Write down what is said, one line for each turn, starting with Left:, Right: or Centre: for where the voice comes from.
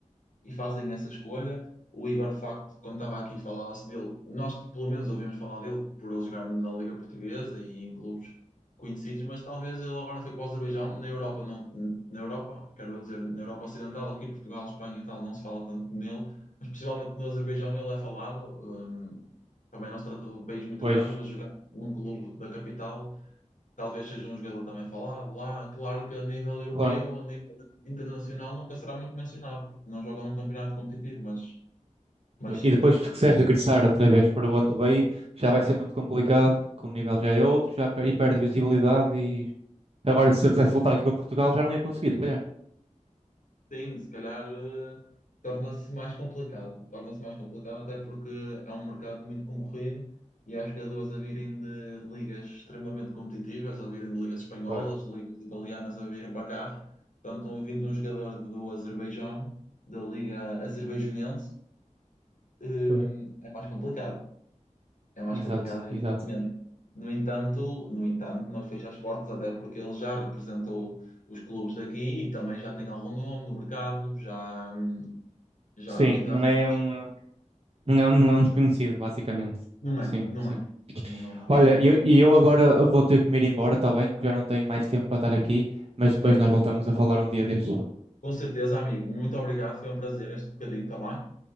Left: e fazem essa escolha. O Igor, de facto, quando estava aqui, falava-se dele. Nós, pelo menos, ouvimos falar dele por ele jogar na Liga Portuguesa e em clubes conhecidos, mas talvez ele agora foi para o Azerbaijão. Na Europa, não, na Europa, quero dizer, na Europa Ocidental, aqui Portugal, Espanha e tal, não se fala tanto nele, mas possivelmente no Azerbaijão ele é falado. hum, também não se trata de um país muito
Right: Pois,
Left: grande, mas jogar num clube da capital talvez seja um jogador também falado lá. Claro que a nível europeu,
Right: claro.
Left: a nível internacional, nunca será muito mencionado, porque não jogam num campeonato competitivo, mas, mas sim,
Right: E depois, se quiser regressar outra vez para onde veio, já vai ser muito complicado, porque o nível já é outro, já pe- e perde visibilidade. E agora, se eu quisesse voltar aqui para Portugal, já não ia conseguir, se calhar.
Left: sim, se calhar eh, torna-se mais complicado. Torna-se mais complicado, até porque é um mercado muito concorrido e há jogadores a virem de ligas extremamente competitivas, a virem de ligas espanholas,
Right: Foi,
Left: ligas italianas a virem para cá. Portanto, vindo um jogador do Azerbaijão, da Liga Azerbaijanense, eh,
Right: foi.
Left: é mais complicado. É mais
Right: Exato,
Left: complicado, evidentemente.
Right: exato.
Left: No entanto, no entanto, não fecha as portas, até porque ele já representou os clubes daqui e também já tem algum nome no mercado, já, hum, já
Right: Sim,
Left: lidamos.
Right: não é
Left: com-
Right: um,
Left: isso.
Right: não é um, não é um desconhecido, basicamente.
Left: Não
Right: Sim,
Left: é, não
Right: sim.
Left: é. Não é um desconhecido,
Right: Olha, e eu, e eu agora vou ter que me ir embora, está bem? Que já não tenho mais tempo para estar aqui, mas depois
Left: certo?
Right: nós voltamos a falar um dia destes.
Left: Com certeza, amigo. Muito obrigado, foi um prazer este bocadinho, está bem?